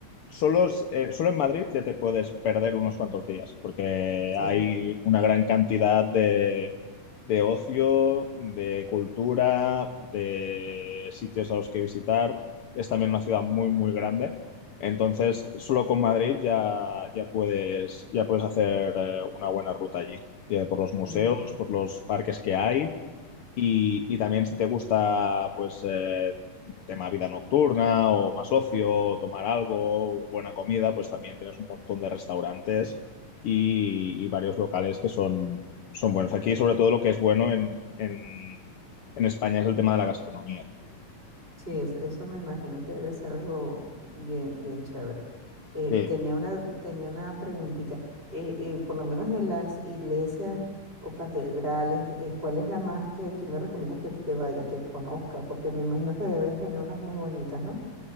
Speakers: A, on the left; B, on the right.
A: Solo, es- eh, solo en Madrid ya te puedes perder unos cuantos días, porque
B: sí.
A: hay una gran cantidad de, de ocio, de cultura, de sitios a los que visitar. Es también una ciudad muy, muy grande. Entonces, solo con Madrid ya, ya puedes, ya puedes hacer eh, una buena ruta allí, eh, por los museos,
B: mm.
A: por los parques que hay y, y también si te gusta, pues, eh, tema vida nocturna o más ocio, tomar algo, buena comida, pues también tienes un montón de restaurantes y, y varios locales que son, son buenos. Aquí, sobre todo, lo que es bueno en, en, en España es el tema de la gastronomía.
B: Sí, es- eso me imagino que debe ser algo bien, bien chévere. Eh,
A: Sí.
B: tenía una, tenía una preguntita. Eh, eh, por lo menos de las iglesias o catedrales, eh, ¿cuál es la más que tú me recomiendas que, que vaya, que conozca? Porque me imagino que deben tener unas muy bonitas, ¿no?